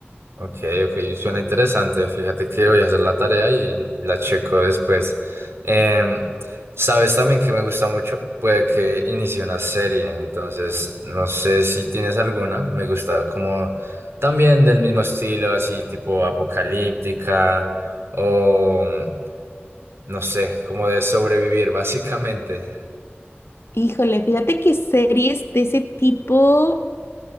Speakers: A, on the right; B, on the left.
A: Ok, ok, suena interesante. Fíjate que voy a hacer la tarea y la checo después. Em, sabes también que me gusta mucho, puede que inicie una serie, entonces no sé si tienes alguna. Me gusta como también del mismo estilo, así tipo apocalíptica o mm, no sé, como de sobrevivir <laughs> básicamente.
B: Híjole, fíjate que series de ese tipo.